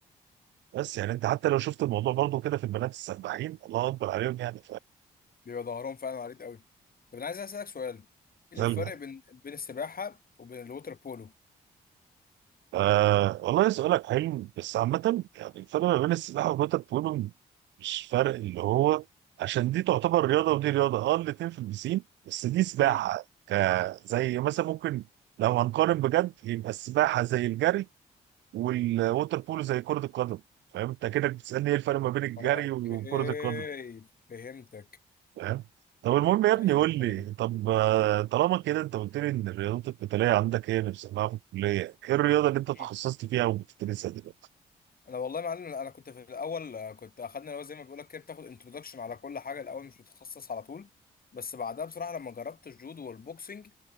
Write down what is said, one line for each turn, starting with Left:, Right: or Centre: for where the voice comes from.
Right: بس يعني انت حتى لو شفت الموضوع برضو كده في البنات السباحين الله اكبر عليهم يعني
Left: بيبقى ظهرهم فعلا عريض قوي طب انا عايز اسالك سؤال ايه
Right: فاهم
Left: الفرق بين بين السباحه وبين الوتر بولو
Right: آه والله سؤالك حلو بس عامة يعني الفرق ما بين السباحة والوتر بولو مش فرق اللي هو عشان دي تعتبر رياضة ودي رياضة اه الاتنين في البسين بس دي سباحة
Left: مم.
Right: ك زي مثلا ممكن لو هنقارن بجد يبقى السباحة زي الجري والوتر بولو زي كرة القدم فاهم انت كده بتسألني ايه الفرق ما بين الجري
Left: اوكي
Right: وكرة القدم
Left: فهمتك
Right: فاهم طب المهم يا ابني
Left: ايوه
Right: قول لي
Left: ايوه
Right: طب آه، طالما كده انت قلت لي ان الرياضات القتالية عندك هي اللي بتسمعها في الكلية ايه الرياضة اللي انت تخصصت
Left: مم.
Right: فيها وبتدرسها دلوقتي؟
Left: انا والله يا معلم انا كنت في الاول آه، كنت اخدنا اللي هو زي ما بيقول لك كده بتاخد انتروداكشن على كل حاجه الاول مش بتتخصص على طول بس بعدها بصراحه لما جربت الجودو والبوكسنج